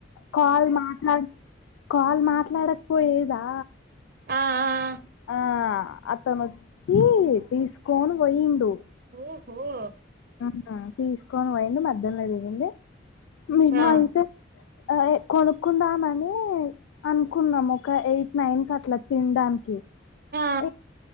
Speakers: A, on the left; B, on the right.
A: కాల్ మాట్లాడ కాల్ మాట్లాడకపోయేదా
B: ఆ ఆ ఆ
A: ఆ అతను వచ్చి తీసుకొని పోయిండు.
B: ఓహో
A: అహా తీసుకోని పోయిండు మధ్యలో దిగింది మేము
B: ఆ
A: అయితే ఆ ఏ కొనుక్కుందామని అనుకున్నాం ఒక ఎయిట్, నైన్ కట్లా తినడానికి
B: ఆ
A: ఇగ